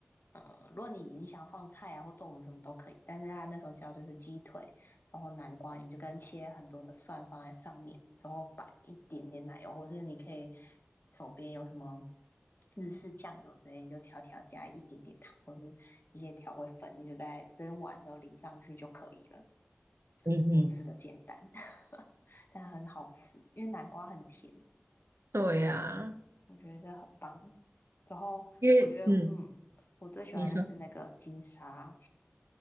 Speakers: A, on the left; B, on the right.
A: 嗯，如果你你想放菜啊或豆腐什么都可以，但是它那时候教就是鸡腿，然后南瓜，你就跟切很多的蒜放在上面，然后摆一点点奶油，或是你可以手边有什么日式酱油之类，你就调调加一点点糖或是一些调味粉，你就在蒸完之后淋上去就可以了，是如此的简单，
B: <laughs> 嗯哼，
A: <laughs> 但很好吃，因为南瓜很甜。
B: <laughs> 对呀、
A: 我觉得这很棒。之后我觉得，
B: 因为嗯，
A: 嗯，我最喜欢的是那个金沙，
B: 你说。